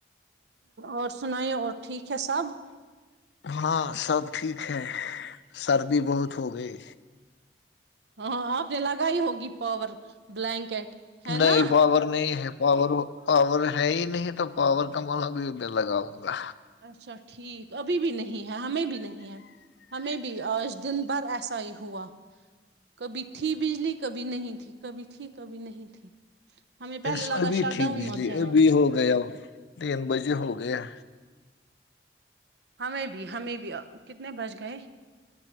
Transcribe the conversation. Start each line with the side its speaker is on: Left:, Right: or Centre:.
Right: اور <inaudible> سناائییں اور ٹھیک ہے سب
Left: تھا ہاں سب ٹھیک ہے سردی بہت ہو گئی
Right: ہاں آپ نے لگائی ہوگی پاور بلینکٹ ہے
Left: نہیں
Right: نا
Left: پاور نہیں ہے پاور پاور ہے ہی نہیں تو پاور کا مان بھی میں لگاؤں گا
Right: اچھا ٹھیک ابھی بھی نہیں ہے ہمیں بھی نہیں ہے ہمیں بھی آج دن بھر ایسا ہی ہوا کبھی تھی بجلی کبھی نہیں تھی کبھی تھی کبھی نہیں تھی ہمیں پہلے
Left: بس
Right: لگا
Left: ابھی
Right: شٹ
Left: تھی
Right: ڈاؤن
Left: بجلی
Right: مت ہے
Left: ابھی
Right: آج
Left: ہو گیا تین بجے ہو گئے ہو گیا
Right: ہمیں بھی ہمیں بھی کتنے بج گئے